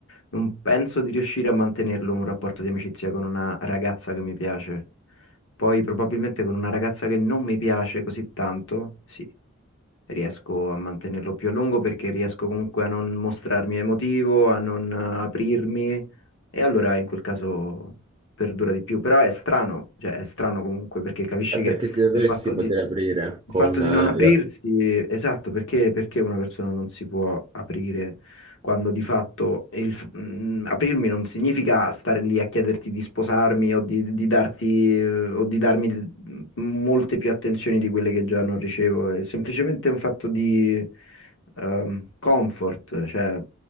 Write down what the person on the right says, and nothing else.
È perché
ti dovresti
poter
aprire
con
eh,
i gas.